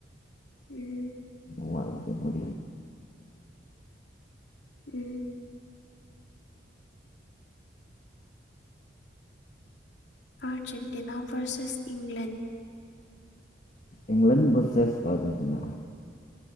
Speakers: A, on the left; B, on the left.
A: ꯎꯝ
B: ꯃ
A: ꯎꯝ ꯑꯔꯖꯦꯟꯇꯤꯅꯥ ꯔꯁꯦꯁ ꯏꯪꯪꯂꯪꯂꯦꯟ
B: ꯏꯪꯂꯪꯂꯦꯟ ꯕꯁꯦꯁ ꯑꯔꯖꯦꯟꯇꯤꯅꯥ